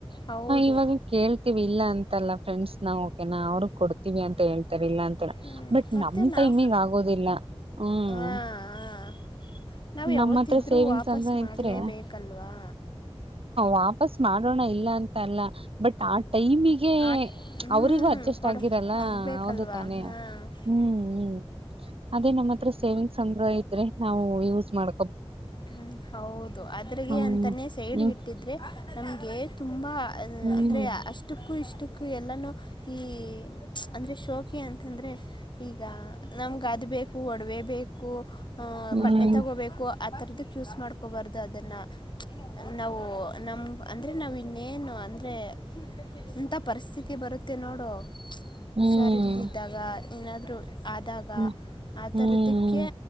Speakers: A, on the left; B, on the right.
A: ಹೌದು
B: ಇವಾಗ ಕೇಳ್ತೀವಿ ಇಲ್ಲ ಅಂತಲ್ಲ ಫ್ರೆಂಡ್ಸ್ ನಾ ಓಕೆ ನಾ ಅವ್ರಗ್ ಕೊಡ್ತೀವಿ ಅಂತ ಹೇಳ್ವಿ ಇಲ್ಲ ಅಂತ
A: ಹ್ಞೂ
B: ಬಟ್
A: ಮತ್ತು
B: ನಮ್
A: ನಾವು
B: ಟೈಮಗ್ ಆಗೋದಿಲ್ಲ ಹ್ಮ್
A: ಹಾಂ ಹಾಂ ನಾವು ಯಾವತ್ತಿದ್ರೂ
B: ನಮ್ಮ ಹತ್ರ ಸೇವಿಂಗ್ಸ್
A: ವಾಪಸ್
B: ಅಂತ
A: ಮಾಡಲೇಬೇಕಲ್ವಾ
B: ಇದ್ರೆ ವಾಪಸ್ ಮಾಡೋಣ ಇಲ್ಲ ಅಂತ ಅಲ್ಲ ಬಟ್ ಆ ಟೈಮಿಗೆ
A: ಆ ಹ್ಞೂ
B: ಅವರಿಗೂ ಅಡ್ಜಸ್ಟ್
A: ಕೊಡು
B: ಆಗಿರಲ್ಲ
A: ಆಗಬೇಕಲ್ವಾ
B: ಹೌದು ತಾನೇ
A: ಹಾಂ
B: ಹ್ಮ್ ಹ್ಮ್ ಅದೇ ನಮ್ಮ ಹತ್ರ ಸೇವಿಂಗ್ಸ್ ಅಂದ್ರ ಇದ್ರೆ ನಾವು ಯೂಸ್ ಮಾಡ್
A: ಹ್ಮ ಹೌದು ಅದ್ರಗೆ
B: ಹ್ಮ್
A: ಅಂತಾನೆ ಸೈಡ್
B: ಹ್ಮ್
A: ಇಟ್ಟಿದ್ರೆ ನಮ್ಗೆ ತುಂಬಾ
B: ಹ್ಮ್
A: ಅಂದ್ರೆ ಅಷ್ಟ ಕ್ಕು ಇಷ್ಟಕ್ಕೂ ಎಲ್ಲಾನೂ ಈ ಅಂದ್ರೆ ಶೋಕಿ ಅಂತಂದ್ರೆ ಈಗ ನಮಗೆ ಅದು ಬೇಕು ಒಡವೆಬೇಕೇಕು
B: ಹ್ಮ್
A: ಬಟ್ಟೆ ತಗೋಬೇಕು ಆಥರದ ಚೂಸ್ ಮಾಡು ಬಾರದು ಅದನ್ನ ನಾವು ನಮ ಅಂದರೆ ನಾವುನ್ನೇನು ಅಂದ್ರೆ ಎಂತ ಪರಿಸ್ಥಿತಿ ಬರುತ್ತೆ ನೋಡು
B: ಹ್ಮ್
A: ಹುಷಾರೀಲ್ಲಿದಾಗ ಏನಾದ್ರು ಆದಾಗ
B: ಹ್ಮ್
A: ಆ
B: ಹ್ಮ್
A: ತರದಕ್ಕೆ